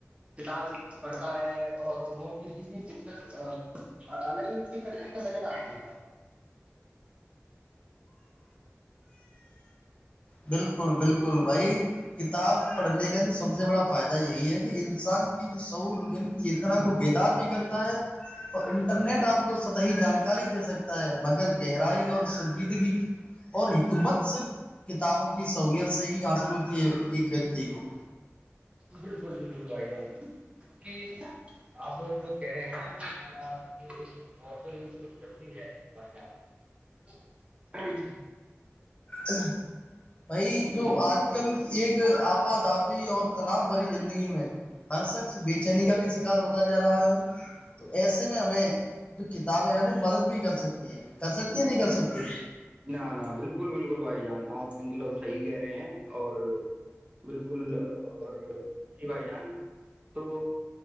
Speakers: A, on the right (about 25°); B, on the left (about 25°).
A: فال پڑتا ہے اور وہ کسی بھی دقت الگ ہیقت نظر آتی
B: بالکل بالکل بھائی کتاب پڑھنے کا تو سب سے بڑا فائدہ یہی ہے کہ انسان کی جو سور یعنی چتنا کو بیدار بھی کرتے ہے تو ان کو ر نٹ آپ کو سطحی جانکاری دے سکتا ہے مگر گہرائی اور سنجیدگی اور حکومت صرف کتابوں کی سہولت سے ہی حاصل ہوتی ہے ایک ویکتی کو
A: بالکل بالکل بھائی جان کیونکہ آپ لگ کہہ رہے ہیں ایک بہت ضروری ہے بھائی جان
B: ہ <inaudible> <unintelligible> بھائی جو
A: جی
B: آج
A: جی بھائی
B: کل ایک آپ دی اور تنا بھری زندگی میں ہر شخص بے چینی کا بھی شکار ہوتا جا رہا ہے تو ایسے میں ہمیں جو کتابیں ہیں وہ مدد بھی کر سکتی ہیں کر سکتی یا نہیں کر سکتی
A: نہ نہ بالکل بالکل بھائی جان آپ مطلب صحیح کہہ رہے ہیں اور بالکل اور جی بھائی جان تو